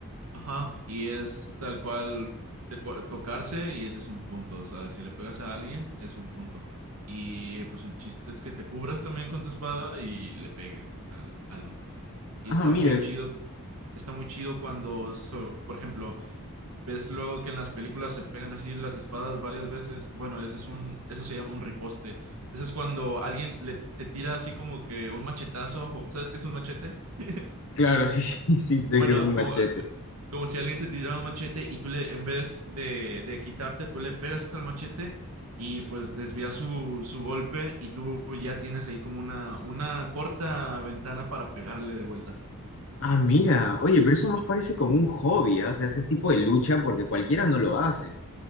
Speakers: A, on the right; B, on the left.
A: Ajá, y es tal cual te co- tocarse y ese es un punto. O sea, si le pegas a alguien, es un punto. Y pues el chiste es que te cubras también con tu espada y le pegues al, al otro, ¿no? Y
B: Ah,
A: está
B: mira,
A: muy chido, está muy chido cuando, so- por ejemplo, ves luego que en las películas se pegan así las espadas varias veces. Bueno, ese es un, eso se llama un riposte. Eso es cuando alguien le, te tira así como que un machetazo, o- ¿sabes qué es un machete? <laughs>
B: Claro, <laughs> sí, sí, sí, sé
A: Bueno,
B: que es un machete.
A: como, como si alguien te tirara un machete y tú le, en vez de, de quitarte, tú le pegas al machete y pues desvías su, su golpe y tú ya tienes ahí como una, una corta ventana para pegarle de vuelta.
B: ah, mira, oye, pero eso más parece como un hobby, ¿ah? O sea, ese tipo de lucha, porque cualquiera no lo hace.